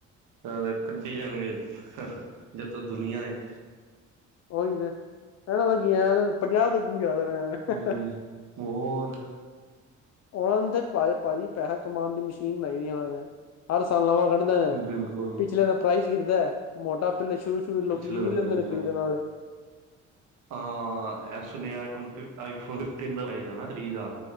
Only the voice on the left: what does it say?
ਉਓਹੀ ਤੇ ਇਹਨਾਂ ਦਾ ਕੀ ਆ ਪੰਜਾਹ ਤੱਕ ਵੀ ਜਾ ਦੇਣਾ ਐ
ਉਹਨਾਂ ਨੇ ਤੇ ਭਾਜੀ ਪੈਸਾ ਕਮਾਉਣ ਦੀ ਮਸ਼ੀਨ ਲਾਈ ਦੀ ਉਹਨਾਂ ਨੇ ਹਰ ਸਾਲ ਲਵਾਂ ਕੱਢ
ਪਿਛਲੇ ਦਾ ਪ੍ਰਾਈਜ਼ ਗਿਰਦਾ ਮੋਟਾ ਪਹਿਲੇ ਸ਼ੁਰੂ ਸ਼ੁਰੂ ਲੋਕ
ਗਿਰੀ
ਲੈਂਦੇ ਨੇ ਖਰੀਦਣ ਨਾਲੇ <inaudible>